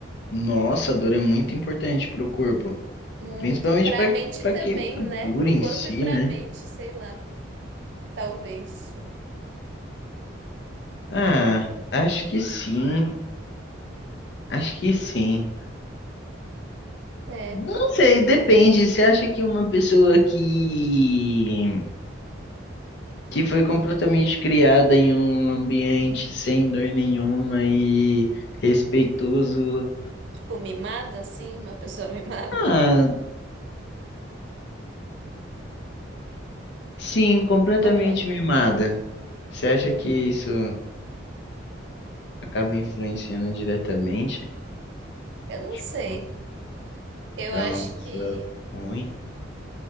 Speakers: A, on the left (about 60°); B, on the right (about 60°).
A: Nossa, a dor é muito importante pro corpo.
B: Muito.
A: Principalmente
B: Pra
A: para
B: mente
A: para
B: também,
A: queimadura
B: né? Pro
A: em
B: corpo
A: si,
B: e pra
A: né?
B: mente, sei lá. Talvez.
A: Ah, acho que sim. Acho que sim.
B: É.
A: Não sei, depende. Você acha que uma pessoa que que foi completamente criada em um ambiente sem dor nenhuma e respeitoso,
B: Tipo, mimada, assim, uma pessoa <laughs> mimada.
A: ah, sim, completamente
B: Ou não?
A: mimada. Você acha que isso acaba influenciando diretamente,
B: Eu não
A: tipo,
B: sei. Eu
A: para
B: acho
A: uma pessoa
B: que
A: ruim?